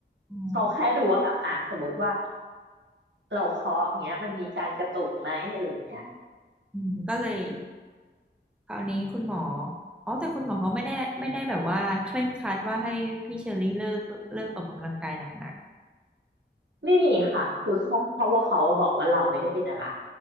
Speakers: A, in the centre; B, on the right.
A: อ๋อ
B: เขาแค่ดูว่าแบบอ่ะสมมติว่าเราเคาะอย่างเงี้ยมันมีการกระตุกไหมอะไรอย่างเงี้ย
A: อืมก็เลย คราวนี้คุณหมออ๋อแต่คุณหมอเขาไม่ได้ไม่ได้แบบว่าเคร่งครัดว่าให้พี่เชอรี่เลิกเลิกออกกำลังกายหนัก
B: ไม่มีค่ะคือเขาเพราะว่าเขาบอกว่าเราไม่ได้เป็นอะไร